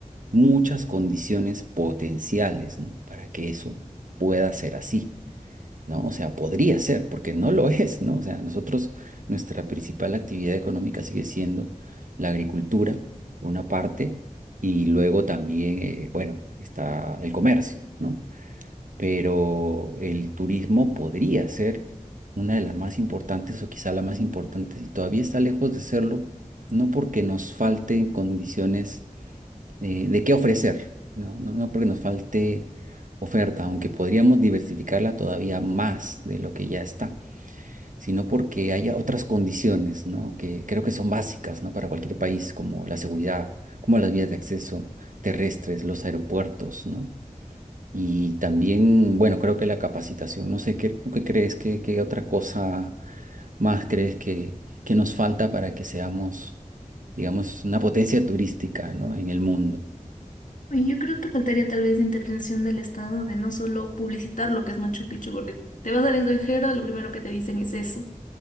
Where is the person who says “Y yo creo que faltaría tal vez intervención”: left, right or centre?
Left